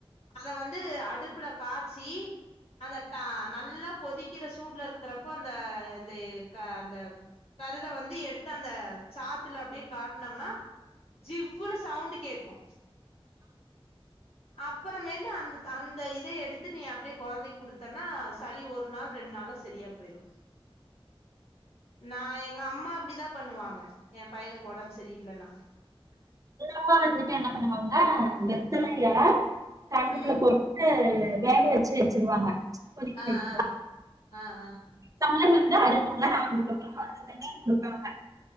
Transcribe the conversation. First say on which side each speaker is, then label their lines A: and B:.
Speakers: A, on the left; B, on the right.
A: அத வந்து அடுப்புல காச்சி அந்த டா நல்லா கொதிக்கிற சூடுல இருக்குறப்போ அந்த இந்த க அந்த கருத வந்து எடுத்து அந்த சாத்துல அப்டி காட்னம்னா ஜிவ்வுன்னு சவுண்டு் கேக்கு அப்புறமேட்டு அந்த அந்த இத எடுத்து நீ அப்படியே கொழந்தைக்கு குடுத்தன்னா சளி ஒரு நாள் ரெண்டு நாள்ல சரியா போயிரும் நா எங்க அம்மா அப்படிதா பண்ணுவாங்க என் பையனுக்கு ஒடம்பு சரி இல்லன்னா
B: ப்பா வந்துட்டு என்ன பண்ணுவாங்க வெத்தலைய தண்ணீல
A: ம்
B: போட்டு வேலைய வச்சு வச்சிருவாங்க கொதிக்க
A: ஆஹ்
B: விட்டு
A: ஆஹ் ஆஹ் ஆஹ்
B: டம்ளர் வந்து அற டம்ளர் ஆனதுகப்ரம் அந்த தண்ணிய குடுப்பாங்க